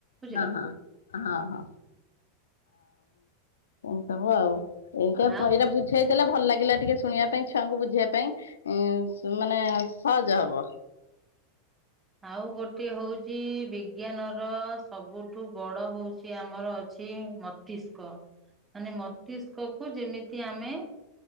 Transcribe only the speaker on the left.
ହଁ ହଁ ହଁ ହଁ। ଏମତି ସବୁ ଆଉ। ଏମିତିଆ <unintelligible>
ଏଇଟା ବୁଝେଇ ଦେଲା ଭଲ ଲାଗେ ଲାଗିଲା ଟିକେ ଶୁଣିବା ପାଇଁ ଛୁଆଙ୍କୁ ବୁଝେଇବା ପାଇଁ ଉଁ ମାନେ ସହଜ ହବ।